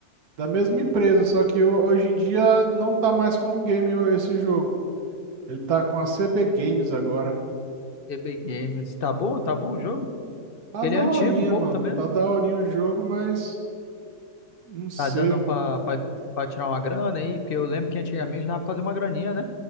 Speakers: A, on the right (about 70°); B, on the left (about 40°).
A: Da mesma empresa, só que ho- hoje em dia não tá mais com o game o- esse jogo. Ele tá com a CB Games agora.
B: TB Games. Tá bom? Tá bom o jogo?
A: Tá
B: Porque
A: daorinha,
B: ele é antigo um pouco
A: mano.
B: também,
A: Tá
B: né?
A: daorinha o jogo, mas não sei.
B: Tá dando pra, pra, pra tirar uma grana aí? Porque eu lembro que antigamente dava pra fazer uma graninha, né?